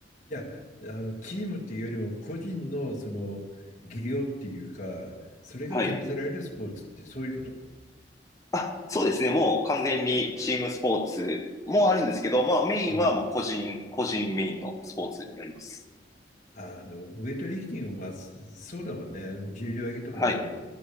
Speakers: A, on the left; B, on the left.
A: いや、あの、チームっていうよりも個人のその技量っていうか、それが試せられるスポーツってそういうこと。
B: はい。あ、そうですね。もう完全にチームスポーツもあるんですけど、まあ、メインはもう個人、
A: うん。
B: 個人メインのスポーツになります。
A: あの、ウェイトリフティングもまあ、そそうだもんね。重量挙げとかも、
B: はい。